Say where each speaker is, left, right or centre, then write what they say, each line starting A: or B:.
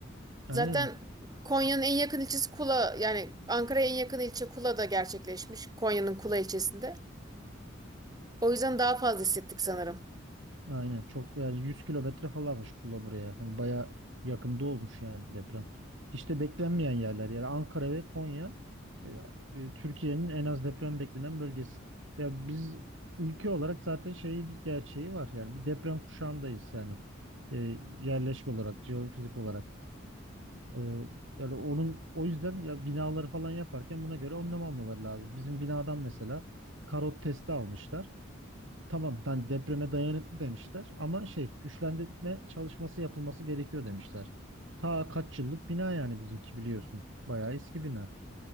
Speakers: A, on the right; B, on the right.
A: Aynen
B: Zaten Konya'nın en yakın ilçesi Kula yani Ankara'ya en yakın ilçe Kula'da gerçekleşmiş. Konya'nın Kula ilçesinde. O yüzden daha fazla hissettik sanırım.
A: Aynen çok yani 100 kilometre falanmış Kula buraya. Hani baya yakında olmuş yani deprem. İşte beklenmeyen yerler yani Ankara ve Konya e, e, Türkiye'nin en az deprem beklenen bölgesi. Ya biz ülke olarak zaten şeyi bir gerçeği var yani bir deprem kuşağındayız yani e, yerleşik olarak, jeofizik olarak. E, yani onun o yüzden ya binaları falan yaparken buna göre önlem almaları lazım. Bizim binadan mesela karot testi almışlar. Tamam, yani depreme dayanıklı demişler ama şey güçlendirme çalışması yapılması gerekiyor demişler. Ta kaç yıllık bina yani bizimki biliyorsun. Bayağı eski bina.